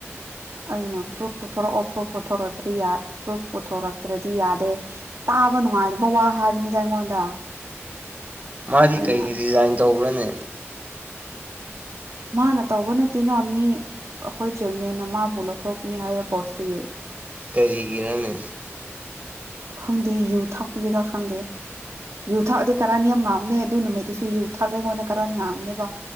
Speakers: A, on the right; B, on the right.
A: ꯑꯩꯅ꯭ꯔꯣ ꯄꯨꯣꯔꯛꯑꯣ ꯄ꯭ꯔꯨꯐ ꯄꯨꯊꯣꯔꯛꯇ꯭ꯔꯤ ꯌꯥꯏ ꯄ꯭ꯔꯨꯐ ꯄꯨꯊꯣꯔꯛꯇ꯭ꯔꯗꯤ ꯌꯥꯗꯦ ꯇꯥꯕꯅꯅꯨꯡ ꯋꯥ ꯕꯋꯥ ꯍꯥꯏꯕꯅꯤꯗ ꯑꯩꯉꯣꯟꯗ
B: ꯃꯥꯗꯤ
A: ꯑꯩꯅ
B: ꯀꯩꯒꯤ ꯗꯤꯖꯥꯏꯟ ꯇꯧꯕ꯭ꯔꯅꯦ
A: ꯃꯥꯅ ꯇꯧꯕ ꯅꯠꯇꯦꯅ ꯃꯤ ꯑꯩꯈꯣꯏ ꯆꯤꯌꯔꯃꯦꯟꯅ ꯃꯥꯕꯨ ꯂꯧꯊꯣꯛꯄꯅꯤ ꯍꯥꯏꯌꯦ ꯄꯣꯁꯇꯨꯒꯤ
B: ꯀꯔꯤꯒꯤꯔꯅꯦ
A: ꯈꯪꯗꯦ ꯌꯨ ꯊꯛꯄꯒꯤꯔ ꯈꯪꯗꯦ ꯌꯨ ꯊꯥꯛꯗꯤ ꯀꯔꯥꯅꯤ ꯌꯥꯝ ꯉꯥꯝꯅꯦ ꯑꯗꯨ ꯅꯨꯃꯤꯠꯇꯨꯁꯨ ꯌꯨ ꯊꯥꯛꯗ ꯑꯩꯉꯣꯟꯗ ꯀꯔ ꯉꯥꯡꯝꯅꯦꯕ